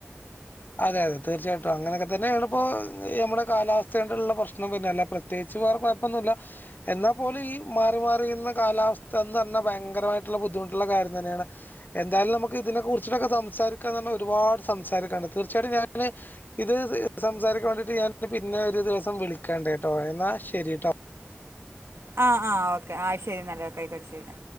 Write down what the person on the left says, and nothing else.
അതെ അതെ തീർച്ചിയിട്ടും അങ്ങനൊക്കെ തന്നെയാണിപ്പോ നമ്മുടെ കാലാവസ്ഥ ആയിട്ടുള്ള പ്രശ്നം പിന്ന അല്ലാതെ പ്രത്യേകിച്ച് വേറെ കൊയപ്പൊന്നുമില്ല എന്നാൽ പോലും ഈ മാറി മാറി വരുന്ന കാലാവസ്ഥ അത് തന്നെ ഭയങ്കരമായിട്ടുള്ള ബുദ്ധിമുട്ടുള്ള കാര്യം തന്നെയാണ് എന്തായാലും നമുക്ക് ഇതിനെക്കുറിച്ചിട്ടൊക്കെ സംസാരിക്കാൻ തന്നെ ഒരുപാട് സംസാരിക്കാനുണ്ട് തീർച്ച ആയിട്ടും ഞാന് ഇത് സംസാരിക്കാൻ വേണ്ടിയിട്ട് ഞാൻ പിന്നെ ഒര് ദിവസം വിളിക്കണ്ടെട്ടോ എന്നാ ശെരിട്ടോ